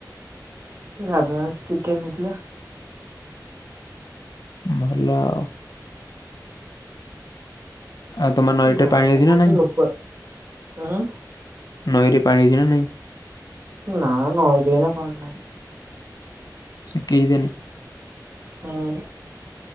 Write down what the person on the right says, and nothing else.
ଗାଧୁଆବେଳେ ଚିକେନ୍ ହେଇଥିଲା।
ଘର
କାମ
ତ ଲୋକ ଉଁ
ନା ନଈରେ ଏଇନା ପାଣି ନାହିଁ।
ହଁ।